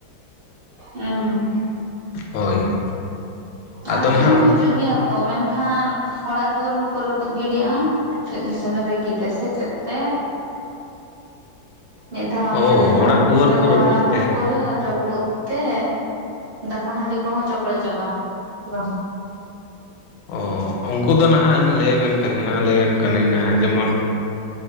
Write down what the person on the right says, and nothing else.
ᱮᱸ
ᱟᱞᱮ
ᱥᱮᱱ ᱦᱚᱸ ᱦᱤᱡᱩᱜ ᱜᱮᱭᱟ ᱠᱚ ᱢᱮᱱᱠᱷᱟᱱ᱾ ᱚᱲᱟᱜ ᱫᱩᱣᱟᱹᱨ ᱦᱚᱸᱠᱚ ᱨᱟᱹᱯᱩᱫ ᱜᱤᱰᱤᱭᱟ, ᱪᱮᱫ ᱦᱟ. <inaudible> ᱨᱟᱹᱜᱤ ᱛᱮ ᱥᱮ ᱪᱮᱫ ᱛᱮ᱾ ᱢᱤᱫ ᱫᱷᱟᱣ
ᱚᱱᱠᱟ ᱞᱮᱱᱟ
ᱢᱤᱫᱴᱟᱝ
ᱚᱲᱟᱜ ᱢᱟ
ᱯᱩᱨᱟᱹ ᱨᱟᱹ ᱯᱩᱛ ᱛᱮ ᱫᱟᱠᱟ ᱦᱟᱺᱰᱤ ᱠᱚᱦᱚᱸ ᱪᱚᱠᱲᱮᱡ ᱪᱟᱵᱟ᱾ ᱵᱟ